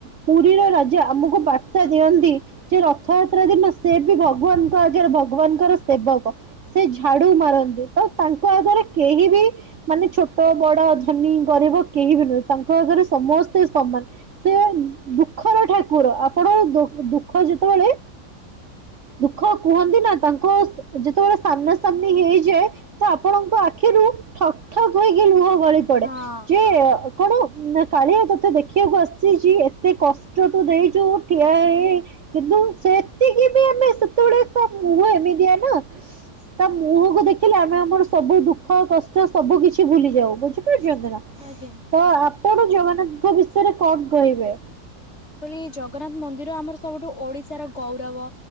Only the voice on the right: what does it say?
ପୁର ରୀର ରାଜା ଆମକୁ ବାର୍ତ୍ତା ଦିଅନ୍ତି ଯେ ରଥଯାତ୍ରା ଦିନ ସେ ବି ଭଗବାନଙ୍କ ଆଗରେ ଭଗବାନଙ୍କର ସେବକ। ସେ ଝାଡୁ ମାରନ୍ତି। ତ ତାଙ୍କ ଆଗରେ କେହି ବି ମାନେ ଛୋଟ, ବଡ, ଧନୀ, ଗରିବ କେହି ବି ନୁହେଁ। ତାଙ୍କ ଆଗରେ ସମସ୍ତେ ସ ସମାନ ସେ ଦୁଃଖର ଠାକୁର। ଆପଣ ଦ-ଦୁଃଖ ଯେତେବେଳେ ଦୁଃଖ କୁହନ୍ତି ନା ତାଙ୍କ ଯେତେବେଳେ ସାମ୍ନା ସାମ୍ନି ହେଇଯାଏ, ତ ଆପଣଙ୍କ ଆଖିରୁ ଠପ ଠପ ହେଇକି ଲୁହ ଗଳି ପଡେ।
ଯେ ଅ, କଣ ନା କାଳିଆ ତୋତେ ଦେଖିବାକୁ ଆସିଚି। ଏତେ କଷ୍ଟ ତୁ ଦେଇଚୁ। ଠିଆ ହେଇ ହେଇ କିନ୍ତୁ ସେ ସେତେବେଳେ ତା ମୁହଁ ଏମିତିଆ ନା ତା ମୁହଁକୁ ଦେଖିଲେ ଆମେ ଆମର ସବୁ ଦୁଃଖ କଷ୍ଟ ସବୁ କିଛି ଭୁଲି ଯାଉ। ବୁଝି ପାରୁଛନ୍ତି ନା।
ତ ଆପଣ ଜଗନ୍ନାଥଙ୍କ ବିଷୟରେ କଣ କହିବେ?